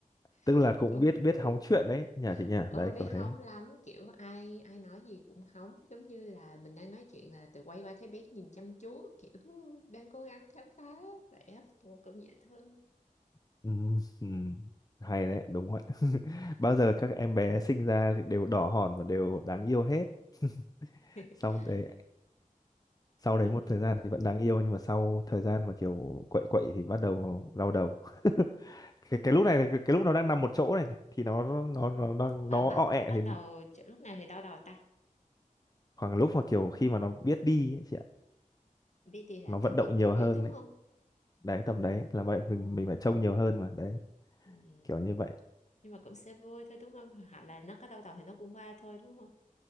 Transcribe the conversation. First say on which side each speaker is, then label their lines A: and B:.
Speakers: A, on the left; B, on the left.
A: tức
B: <laughs>
A: là cũng
B: cũng
A: biết biết
B: vui.
A: hóng chuyện đấy nhà chị nhà
B: Ừ,
A: đấy
B: bé
A: kiểu
B: hóng
A: thế
B: lắm, kiểu ai ai nói gì cũng hóng, giống như là mình đang nói chuyện là tự quay qua thấy bé nhìn chăm chú, kiểu "Hú, đang cố gắng khám phá vẻ cũng cũng dễ thương.
A: <laughs> Ừm, ừm. hay đấy đúng vậy <laughs> bao giờ các em bé sinh ra thì đều đỏ hòn và đều đáng yêu hết <laughs>
B: <laughs>
A: xong đấy sau đấy
B: Đúng
A: một thời gian thì vẫn đáng yêu nhưng mà sau thời gian mà kiểu quậy quậy thì bắt đầu đau đầu <laughs> cái, cái lúc này là cái, cái lúc nó đang nằm một chỗ này, này thì nó nó nó nó
B: khoảng
A: nó
B: bắt
A: ọ ẹ
B: bắt
A: thì
B: đầu chỗ- lúc nào thì đau đầu ta
A: khoảng lúc mà kiểu khi mà nó biết đi ấy, chị ạ
B: biết là
A: nó vận
B: tầm một
A: động nhiều
B: tuổi
A: hơn
B: đúng
A: đấy
B: không
A: đấy tầm đấy là vậy mình mình phải trông nhiều hơn mà đấy
B: ừ.
A: kiểu như vậy
B: nhưng mà cũng sẽ vui thôi đúng không hoặc là nó có đau đầu thì nó cũng qua thôi đúng không